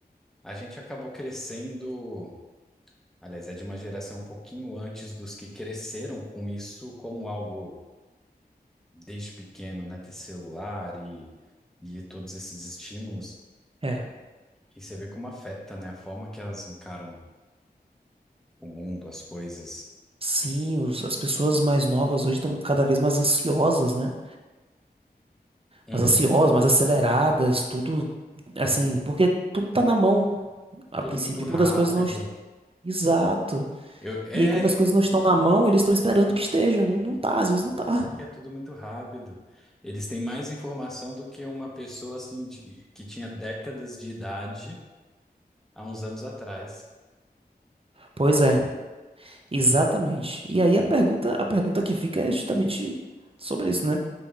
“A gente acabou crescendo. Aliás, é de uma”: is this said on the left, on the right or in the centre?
Centre